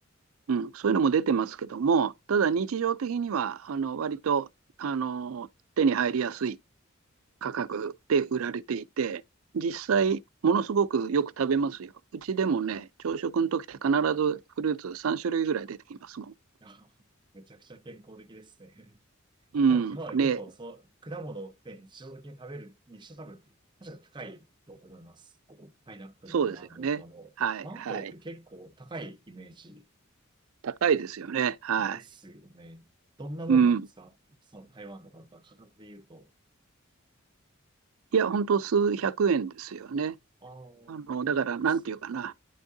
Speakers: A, on the right (about 85°); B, on the right (about 20°).
A: うん、そういうのも出てますけども、ただ日常的には、あの、割と、あの、手に入りやすい価格で売られていて、実際、
B: はい。
A: ものすごくよく食べますよ。うちでもね、朝食の時って必ずフルーツ3種類ぐらい出てきますもん。
B: <laughs> あめちゃくちゃ健康的ですね。<laughs>
A: うん。
B: ただ日本は結構そう、
A: ね、
B: 果物を、ね、日常的に食べるにして多分、確か高いと思います。パイナップルとかマンゴーとかも。
A: そうですよね。はい、
B: マンゴーって結構高いイメージ
A: はい。高いですよね。はい。
B: ですよね。どんなもんなんですかその台湾とかだったら価格で言うと。
A: うん。いや、ほんと数百円ですよね。
B: ああ、
A: あの、
B: まあいいですね。
A: だから、なんていうかな。